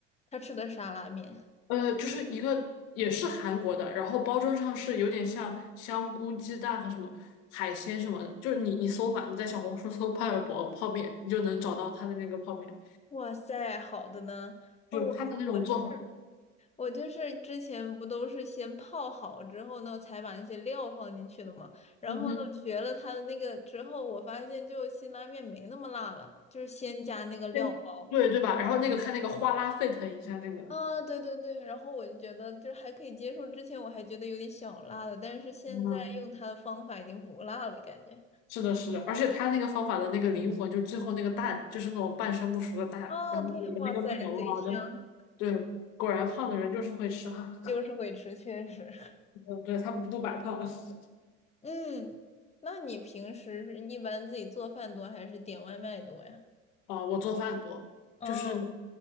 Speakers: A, on the left (about 15°); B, on the left (about 60°).
A: 他吃的沙拉面，
B: 呃，就是一个也是韩国的，然后包装上是有点像香菇、鸡蛋和什么海鲜什么的，就是你你搜嘛，你在小红书 <laughs> 搜派尔博泡面，你就能找到它的那个泡面，
A: 哇塞，好的呢。
B: 就是它的那种做法，
A: 哦，我我这我就是之前不都是先泡好之后呢，才把那些料放进去的嘛。然后呢，
B: 嗯哼，
A: 我学了它的那个之后，我发现就辛拉面没那么辣了，就是先加那个料包。
B: 对对对吧？然后那个看那个哗啦沸腾一下那个，
A: 啊，对对对，然后我就觉得就是还可以接受。之前我还觉得有点小辣的，但是现在用它的方法已经不辣了，
B: 嗯，
A: 感觉。
B: 是的，是的，而且它那个方法的那个灵魂，就最后那个蛋就是那种半生不熟的蛋，
A: 啊，
B: 然后裹着那个面，
A: 对，哇塞，贼香，
B: 哇，真的，对，果然胖的人就是会吃哈，<laughs>
A: 就是会吃，确实。<laughs>
B: 嗯，对，他不不白胖。<laughs>
A: 嗯，那你平时是一般自己做饭多还是点外卖多呀？
B: 啊，我做饭多，
A: 哦，
B: 就是